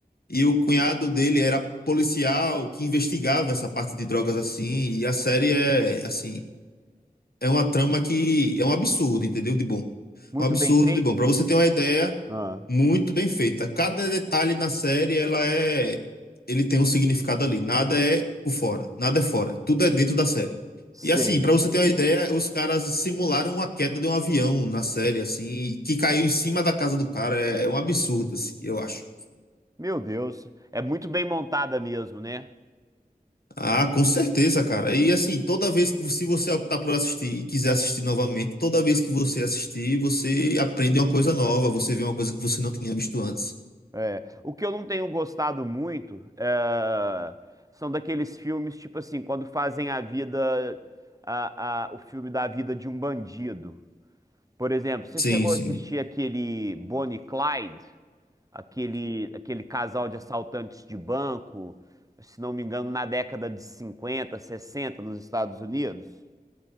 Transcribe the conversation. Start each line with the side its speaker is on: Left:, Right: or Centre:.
Left: E o cunhado dele era policial que investigava essa parte de drogas assim, e a série é assim, é uma trama que é um absurdo, entendeu? De bom.
Right: Muito
Left: Um absurdo
Right: bem feita?
Left: de bom. Para você ter uma ideia,
Right: Ah,
Left: muito bem feita. Cada detalhe na série, ela é ele tem um significado ali. Nada é por fora, nada é fora. Tudo é dentro da série.
Right: sei.
Left: E assim, pra você ter uma ideia, os caras simularam a queda de um avião na série, assim, que caiu em cima da casa do cara. É é um absurdo, assim, eu acho.
Right: Meu Deus. É muito bem montada mesmo, né?
Left: Ah, com certeza, cara. E assim, toda vez que se você optar por assistir e quiser assistir novamente, toda vez que você assistir, você aprende uma coisa nova, você vê uma coisa que você não tinha visto antes.
Right: É, o que eu não tenho gostado muito é, são daqueles filmes, tipo assim, quando fazem a vida, a- a- o filme da vida de um bandido. Por exemplo, você
Left: Sim,
Right: chegou
Left: sim.
Right: a assistir aquele Bonnie e Clyde, aquele, aquele casal de assaltantes de banco, se não me engano, na década de 50, 60, nos Estados Unidos?